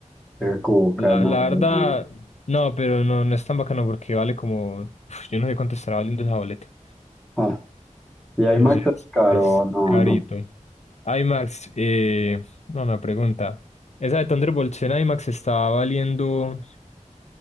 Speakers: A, in the centre; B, on the left.
A: Qué cuca,
B: La,
A: no.
B: la verdad,
A: Dios mío.
B: no, pero no, no es tan bacano porque vale como. Uf, yo no sé cuánto estará valiendo esa boleta.
A: Ah, y IMAX
B: Es, es-
A: es caro,
B: es
A: no,
B: carito.
A: no.
B: IMAX, eh, no, una pregunta. Esa de Thunderbolts en IMAX estaba valiendo,